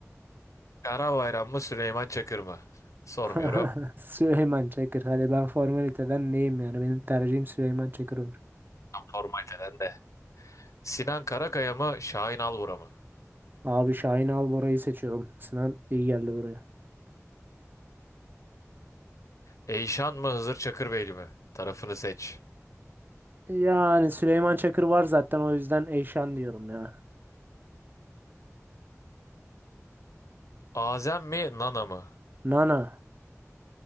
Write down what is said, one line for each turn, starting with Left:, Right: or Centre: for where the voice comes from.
Left: Kara bayram mı Süleyman Çakır mı? Sormuyorum.
Right: <laughs> Süleyman Çakır. Hadi ben formaliteden neyim yani? Benim tercihim Süleyman Çakır olur.
Left: Tam Formaliteden de. Sinan Karakaya mı Şahin Alvura mı?
Right: Abi Şahin Albora'yı seçiyorum. Sinan iyi geldi buraya.
Left: Eyşan mı Hızır Çakırbeyli mi? Tarafını seç.
Right: Yani Süleyman Çakır var zaten o yüzden Eyşan diyorum ya.
Left: Azem mi Nana mı?
Right: Nana.